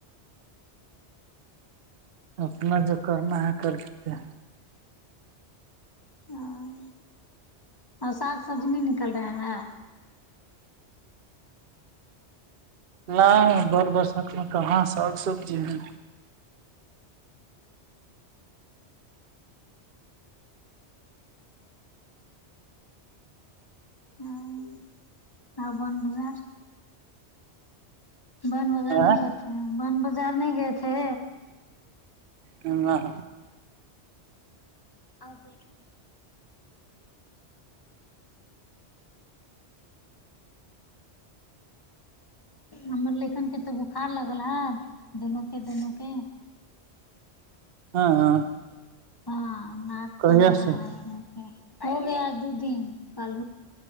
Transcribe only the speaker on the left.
ہاں اور سا سبزی نہیں نکل رہا ہے
<unintelligible> بن بازار
نہیں گئے تھے بن بازار نہیں گئے تھے
اور بیٹھو ہمر لکھن کے تو بخار لگرا ہےدونوں کے دونوں کے
ہاں ناک
چل رہا
ہے مو پے ہو گیا دو دن کل